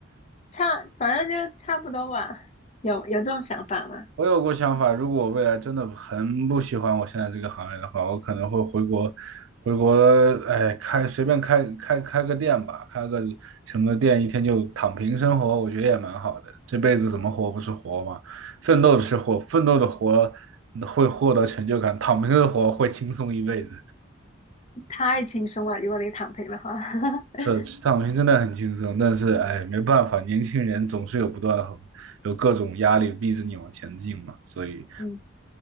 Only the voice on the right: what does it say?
我有过想法，如果我未来真的很不喜欢我现在这个行业的话，我可能会回国，回国，哎，开随便开开开个店吧，开个什么店，一天就躺平生活，我觉得也蛮好的。这辈子怎么活不是活嘛？奋斗是活，奋斗的活会获得成就感，躺平的活会轻松一辈子。
是，躺平真的很轻松，但是哎，没办法，年轻人总是有不断的有各种压力逼着你往前进嘛，所以。